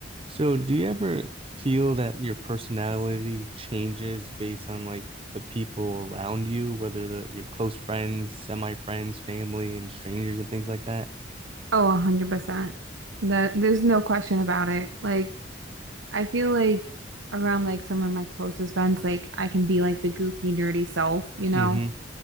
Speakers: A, on the right; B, on the right.
A: So, do you ever feel that your personality changes based on like the people around you, whether the your close friends, semi-friends, family, and strangers and things like that?
B: Oh, 100%. That there's no question about it. Like I feel like around like some of my closest friends, like I can be like the goofy nerdy self, you know?
A: Mm-hmm.